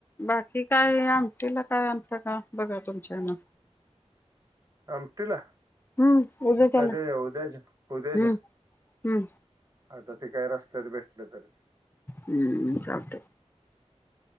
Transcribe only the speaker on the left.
बाकी काय आमटीला काय आनतासा बघा तुमच्या हेन?
हम्म. उद्या चाला.
हम्म. हम्म.
हम्म. चालतयं.